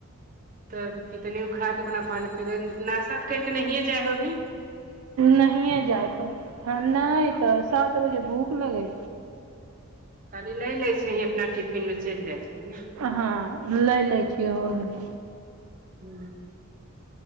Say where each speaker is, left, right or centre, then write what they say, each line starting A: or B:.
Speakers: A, on the right; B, on the right.
A: तब की तनि खा क अपना पानि पी दे नाशा नहियै करके जैयए जाइ होभी ही
B: नहिए जायत ह नहि तऽ सात बजे भूख लगे
A: खाली लऽ लै छै ही अपना टिफिन मे चलि जाइ छै ने
B: हाँ लै लै छियै हो गेलै
A: हू